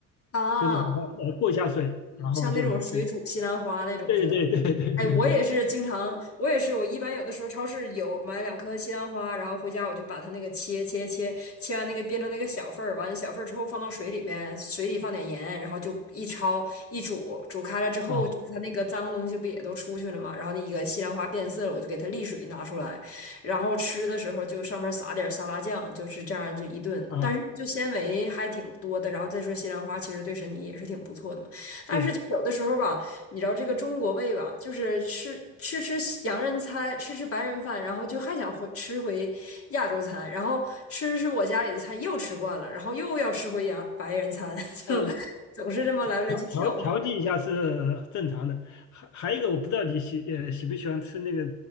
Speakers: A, on the left; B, on the left.
A: 啊，
B: 就是把它呃过一下水，然后就就
A: 像那种水煮西兰花那种似的。
B: 对对对对对对，
A: 哎，我也是经常，我也是，我一般有的时候超市有买两颗西兰花，然后回家我就把它那个切切切，切完那个变成那个小份儿，完了小份儿之后放到水里边，水里放点盐，然后就一焯一煮，煮开了之后，
B: 啊
A: 就是它那个脏东西不也都出去了嘛，然后那个西兰花变色了，我就给它沥水拿出来，然后吃的时候就上面撒点沙拉酱，就是这样就一顿，
B: 啊
A: 但是就纤维还挺多的，然后再说西兰花其实对身体也是挺不错的嘛。但是就有的时候吧，
B: 对，
A: 你知道这个中国胃吧，就是吃吃吃洋人餐，吃吃白人饭，然后就还想回吃回亚洲餐，然后吃吃我家里的餐又吃惯了，然后又要吃回洋白人餐，<laughs> 就总是这么来来去跳，
B: 嗯、调调调调剂一下是正常的，还还有一个我不知道你喜呃喜不喜欢吃那个